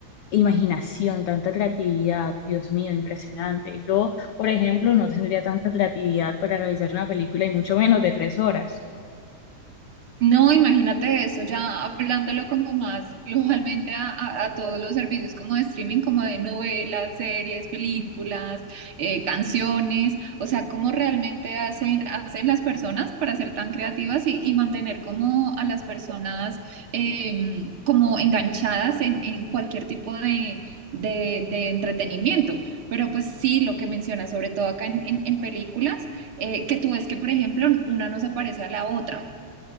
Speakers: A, on the left (about 60°); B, on the right (about 50°).
A: imaginación, tanta creatividad. Dios mío, impresionante. Yo, por ejemplo, no tendría tanta creatividad para realizar una película y mucho menos de tres horas.
B: No, imagínate eso, ya hablándolo como más globalmente a, a- a todos los servicios como de streaming, como de novelas, series, películas, eh, canciones, o sea, cómo realmente hacen, hacen las personas para ser tan creativas y, y mantener como a las personas em, como enganchadas en, en cualquier tipo de, de- de entretenimiento. Pero pues sí, lo que mencionas, sobre todo acá en, en- en películas, eh, que tú ves que, por ejemplo, una no se parece a la otra.